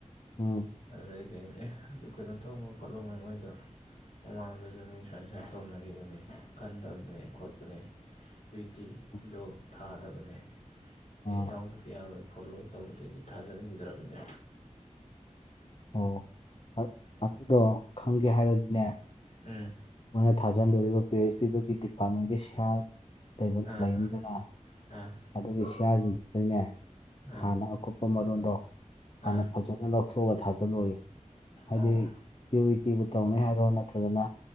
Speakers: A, on the left; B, on the left.
A: ꯎꯝ
B: ꯑꯗꯨꯗꯩꯗꯤ ꯑꯩꯅ ꯑꯦ ꯑꯗꯨ ꯀꯩꯅꯣ ꯇꯣꯡꯉ ꯈꯣꯠꯂꯣ ꯃꯣꯏ ꯃꯣꯏꯗꯣ ꯃꯃꯥꯡꯗꯁꯨ ꯃꯤ ꯁꯨꯃꯥꯏ ꯁꯨꯃꯥꯏ ꯇꯧꯅꯒꯤꯕꯅꯤ ꯈꯟꯗꯝꯅꯦ ꯈꯣꯠꯄꯅꯦ ꯀ꯭ꯋꯨꯏꯇꯤ
A: ꯎꯝ
B: ꯗꯣ ꯊꯥꯗꯕꯅꯦ
A: ꯑꯥ
B: ꯑꯦ ꯌꯥꯎꯗꯗꯤ ꯌꯥꯔꯣꯏ ꯈꯣꯠꯂꯣꯏ ꯇꯧꯕꯗꯩꯗꯤ ꯊꯥꯖꯤꯟꯈꯤꯗ꯭ꯔꯕꯅꯦ
A: ꯑꯣ ꯑꯗꯣ ꯈꯪꯒꯦ ꯍꯥꯏꯔꯗꯤꯅꯦ
B: ꯎꯝ
A: ꯃꯣꯏꯅ ꯊꯥꯖꯟꯗꯣꯔꯤꯕ ꯄꯤ ꯑꯩꯆ ꯗꯤꯗꯨꯒꯤ ꯗꯤꯄꯥꯔꯠꯃꯦꯟꯒꯤ ꯁꯤꯌꯥꯔ
B: ꯑꯥ
A: ꯂꯩꯅꯤꯗꯅ
B: ꯑꯥ
A: ꯑꯗꯨꯒꯤ ꯁꯤꯌꯥꯁꯤꯡꯗꯨꯗꯩꯅꯦ
B: ꯑꯥ
A: ꯍꯥꯟꯅ ꯑꯀꯨꯞꯄ ꯃꯔꯣꯟꯗꯣ ꯍꯥꯟꯅ
B: ꯑꯥ
A: ꯐꯖ ꯂꯧꯊꯣꯛꯑꯒ ꯊꯥꯖꯤꯜꯂꯣꯏꯨ ꯍꯥꯏꯗꯤ
B: ꯑꯣ
A: ꯀ꯭ꯌꯨ ꯏ ꯇꯤꯕꯨ ꯇꯧꯅꯤ ꯍꯥꯏꯔꯣ ꯅꯠꯇ꯭ꯔꯒꯅ